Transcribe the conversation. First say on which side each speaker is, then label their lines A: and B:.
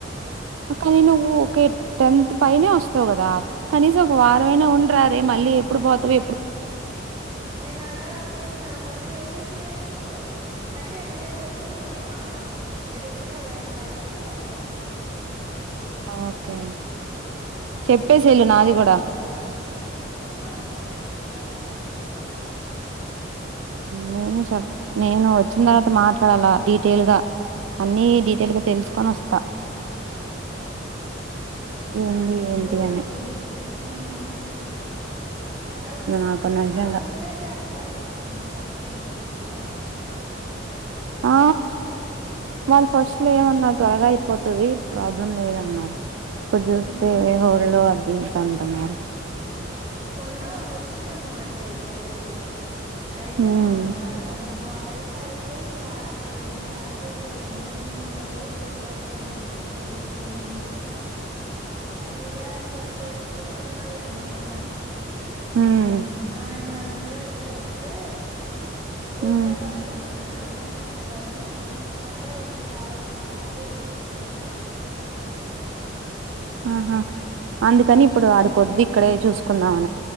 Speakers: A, on the right; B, on the right.
A: కానీ నువ్వు ఒకే టెన్త్ పైనే వస్తావు గదా కనీసం ఒక
B: ఆ
A: వారవైనా ఉండరా రే మళ్ళీ ఎప్పుడు బోతవ్
B: నేనా అదే అనుకునా మళ్ళీ వ్యాసెన్సి అంటే వెళ్ళే రోజు ఏం ఏటు ఉంది కదా అమని కలిసి వెళ్తా
A: ఓకే
B: ఉమ్,
A: చెప్పేసేళు నాది కూడా
B: ఆ సరే చెప్తంవే
A: నేను చెప్ప నేను వచ్చిన తర్వాత మాట్ ఇడ అలా డీటెయిల్ గా అన్ని డీటెయిల్ గా తెలుసుకొని వస్తా
B: ఉమ్,
A: ఏంది
B: ఏందో
A: ఏంటి అనే
B: నీది ఉమ్, అది
A: నాకు నిజంగా
B: అది ముందే చెప్పాల్సింది పడుతుంది ఇట్లా
A: ఆ వాళ్ళు ఫస్ట్
B: ఉమ్,
A: లో ఏమన్నారు త్వరగా పోతుంది ప్రాబ్లం లేదన్నారు ఇప్పుడు చూస్తే
B: ఉమ్.
A: హోల్డ్స్ ఈ దండ మరి
B: మొన్న వచ్చిందన్నమాట ఇటువైపు అయితే
A: ఉమ్
B: మాట్లాడ ను మా వైపు వెళ్తే రెండు ప్యాకేజీలవన్నీ ఉండదు తుపాస్ కంపెనీలా అది ఏది అనింది సరే అని చెప్పేసి ఉన్నాడుగా మా ఆయన
A: ఉమ్
B: ఆయన అందగడి చెప్తే రూపాయి
A: ఉమ్
B: తక్కువ ఇష్టిన నేను వద్దని చెప్తాను అంటే ఉందు కావాలంటే ప్యాకే చూసుకు వస్త
A: ఆహా అందుకని ఇప్పుడు ఆడికొద్ది ఇక్కడే చూసుకుందాంని